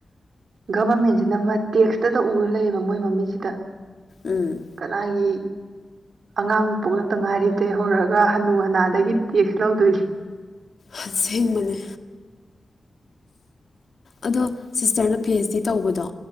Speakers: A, on the right; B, on the left.
A: ꯒꯚꯔꯃꯦꯟꯁꯤꯅ ꯑꯃ ꯇꯦꯛꯁꯇꯗ ꯎꯔ ꯂꯩꯌꯦꯕ ꯃꯣꯏ ꯃꯃꯤꯠꯁꯤꯗ
B: ꯎꯝ
A: ꯀꯅꯥꯒꯤ ꯑꯉꯥꯡ ꯄꯣꯛꯂꯛꯇ ꯉꯥꯏꯔꯤꯕꯗꯩ ꯍꯧꯔꯒ ꯍꯅꯨ ꯍꯅꯥꯗꯒꯤ ꯇꯦꯛꯁ ꯂꯧꯗꯣꯏ
B: ꯑꯁꯦꯡꯕꯅꯦ ꯑꯗꯣ ꯁꯤꯁꯇꯔꯅ ꯄꯤ ꯑꯩꯆ ꯗꯤ ꯇꯧꯕꯗꯣ